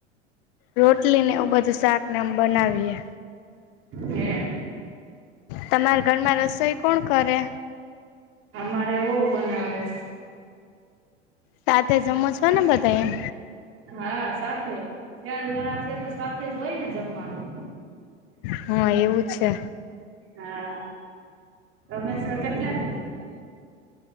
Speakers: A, on the left (about 50°); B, on the right (about 40°).
A: રોટલી ને એ બધું શાક ને આમ બનાવીએ
B: હે
A: તમારા ઘરમાં રસોઈ કોણ કરે?
B: અમારે વહુ બનાવે છે.
A: સાથે જમો છો? ને બધા એમ
B: હા સાથે. ચાર જણા છે, તો સાથે જ હોય ને જમવાનું.
A: હા એવું છે.
B: હા તમેશ કેટલા